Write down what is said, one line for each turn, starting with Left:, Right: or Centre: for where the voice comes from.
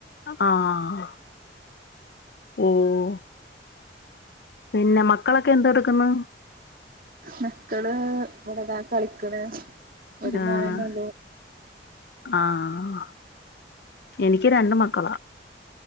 Left: ആഹ് ഓഹ് പിന്നെ മക്കളൊക്കെ എന്തെടുക്കുന്ന്
Right: മക്കള് ഒടതാ കളിക്കണ് ഒരു മോനന്നെ
Left: ആഹ്
Right: ഉള്ളൂ
Left: ആഹാ എനിക്ക് രണ്ട് മക്കളാ